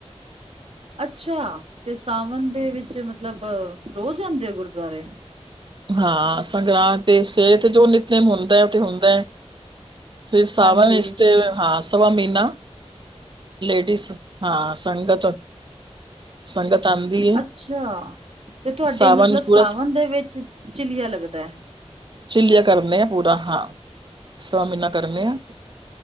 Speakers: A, on the right (about 60°); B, on the right (about 45°).
A: ਅੱਛਾ, ਤੇ ਸਾਵਨ ਦੇ ਵਿੱਚ ਮਤਲਬ ਰੋਜ਼ ਜਾਂਦੇ ਓ ਗੁਰਦੁਆਰੇ?
B: ਹਾਂ ਸੰਗਰਾਂਦ ਤੇ, ਸਵੇਰੇ ਤੇ ਜੋ ਨਿਤਨਮ ਹੁੰਦੈ ਓ ਤੇ ਹੁੰਦੈ। ਫੇਰ ਸਾਵਨ
A: ਹਾਂਜੀ,
B: ਏਚ ਤੇ ਹਾਂ ਸਵਾ ਮਈਨਾ, ਲੇਡੀਜ਼ ਹਾਂ ਸੰਗਤ ਸੰਗਤ ਆਂਦੀ ਏ,
A: ਅੱਛਾ! ਤੇ ਤੁਆਡੇ
B: ਸਾਵਨ
A: ਮਤਲਬ
B: ਵਿੱਚ ਪੂਰਾ
A: ਸਾਵਨ ਦੇ ਵਿੱਚ ਚ ਚਿੱਲੀਆ ਲੱਗਦੈ?
B: ਚਿੱਲੀਆਂ ਕਰਨੇ ਆ ਪੂਰਾ ਹਾਂ, ਸਵਾ ਮਈਨਾ ਕਰਨੇ ਆ।